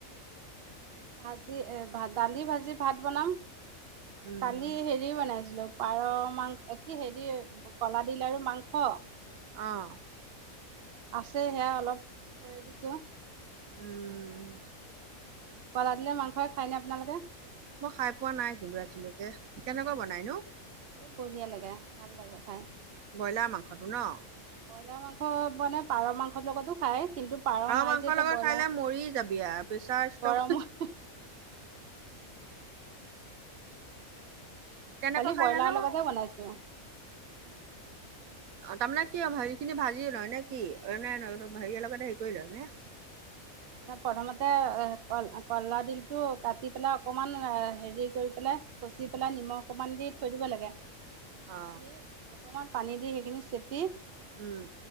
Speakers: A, on the right; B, on the right.
A: ভাজি এ, দালি, ভাজি, ভাত বনাম।
B: উম
A: কালি হেৰি বনাইছিলোঁ, পাৰ মাং কি হেৰি, কলাডিল আৰু মাংস।
B: অ'।
A: আছে সেয়া অলপ, থৈয়ে দিছোঁ।
B: উম।
A: কলা ডিলৰ মাংসয়ে খায়নে আপোনালোকে?
B: মই খাই পোৱা নাই কিন্তু আজিলৈকে, কেনেকুৱা বনাই নো?
A: এই বঢ়িয়া লাগে, ভাল লাগে খাই।
B: ব্ৰইলাৰ মাংসটো ন'?
A: ব্ৰইলাৰ মাংস মানে, পাৰ মাংসৰ লগতো খায়। কিন্তু পাৰ নাই
B: মাংসৰ
A: যে, এতিয়া
B: লগত
A: ব্ৰইলাৰ,
B: খাই লৈ মৰি যাবি আৰু প্ৰেছাৰ ষ্টক
A: গৰমত
B: কেনেকৈ
A: কালি
B: খাই
A: ব্ৰইলাৰ
B: জানো
A: লগতে বনাইছোঁ।
B: অ', তাৰমানে কি, হেৰি খিনি ভাজি লয় নে কি, হেৰিয়ৰ লগতে হেৰি কৰি লয় নে?
A: প্ৰথমতে কল, কলা দিলটো কাটি পেলাই অকমান হেৰি কৰি পেলাই কচি পেলাই, নিমখ অকণমান দি থৈ দিব লাগে।
B: অ
A: দি অকমান পানী দি সেইখিনি চেপি
B: উম।